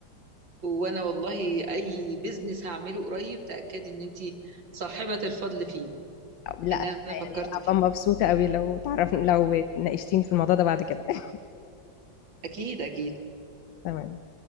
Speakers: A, on the right (about 80°); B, on the left (about 80°).
A: وانا والله اي بزنس هعمله قريب تاكدي ان انت صاحبه الفضل فيه
B: أو- لا
A: ان انا فكرت
B: يعني هبقى
A: فيه
B: مبسوطة قوي لو تعرف لو ناقشتيني في الموضوع ده بعد كده <laughs>
A: اكيد اكيد
B: تمام